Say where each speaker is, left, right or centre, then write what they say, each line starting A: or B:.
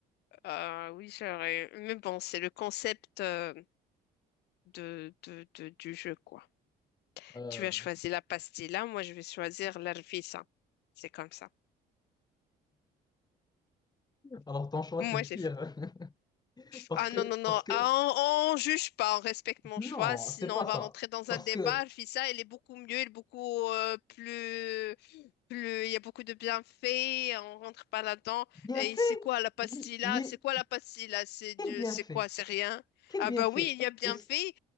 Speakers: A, on the left (about 80°); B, on the left (about 25°).
A: Euh, oui, j'aurais. Mais bon, c'est le concept euh, de, de, de- du jeu, quoi.
B: Euh,
A: Tu vas choisir la pastilla, moi je vais choisir l'arfisa. C'est comme ça.
B: alors ton choix, c'est
A: Moi, j'ai
B: pire. <laughs> Parce
A: Ah
B: que,
A: non, non, non,
B: parce que,
A: Ah, on, on juge pas, on respecte mon
B: non,
A: choix, sinon
B: c'est pas
A: on
B: ça.
A: va rentrer dans
B: Parce
A: un débat.
B: que,
A: Je vis elle est beaucoup mieux, elle est beaucoup euh, plus, plus, il y a beaucoup de bienfaits, on rentre pas là-dedans.
B: bien
A: Et
B: fait,
A: c'est quoi la pastille
B: il,
A: là?
B: il est,
A: C'est quoi la pastille là? C'est
B: quel
A: du,
B: bienfait?
A: c'est quoi? C'est rien?
B: Quel
A: Ah
B: bienfait?
A: bah oui, il y a bienfait.
B: est-ce